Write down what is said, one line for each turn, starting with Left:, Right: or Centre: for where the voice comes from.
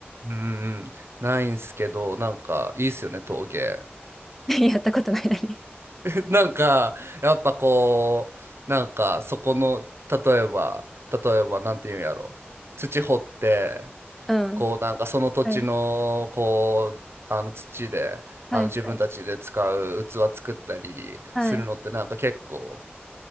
Right: うんうん。ないんすけど、なんか、いいっすよね、陶芸。
Centre: <laughs> やったことないのに。
Right: <laughs> なんか、やっぱこう、なんか、そこの、例えば、例えば、なんていうんやろ。土掘って、
Centre: うん。
Right: こうなんかその土地のこうあの土であの自分たちで使う器作ったりするのってなんか結構
Centre: はい。はい。はい。はい。